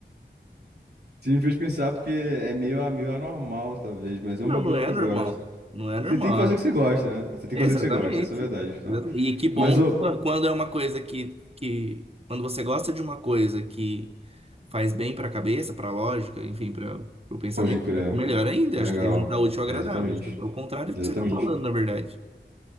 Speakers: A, on the right; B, on the right.
A: Você me fez pensar porque é meio, a- meio anormal, talvez, mas
B: Não,
A: é um bagulho
B: não é
A: que eu
B: normal.
A: gosto.
B: Não é
A: Você
B: normal.
A: tem que fazer o que você gosta, né? Você tem que
B: Exatamente.
A: fazer o que você gosta, essa é a verdade, afinal.
B: Exatamente. E que bom
A: Mas, ô,
B: quan- quando é uma coisa que, que quando você gosta de uma coisa que faz bem para a cabeça, para a lógica, enfim, para o pensamento,
A: pode crer.
B: é melhor ainda.
A: É legal.
B: Acho que a gente dá útil ao
A: É,
B: agradável.
A: exatamente.
B: Acho que é o contrário
A: Exatamente.
B: do que você está falando, na verdade,